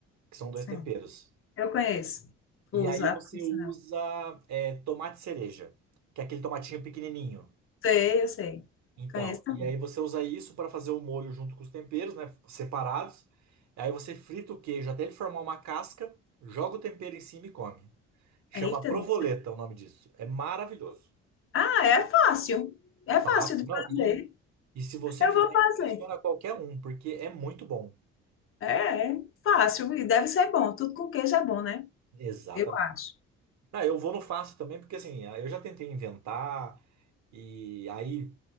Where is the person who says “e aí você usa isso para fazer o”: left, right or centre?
Right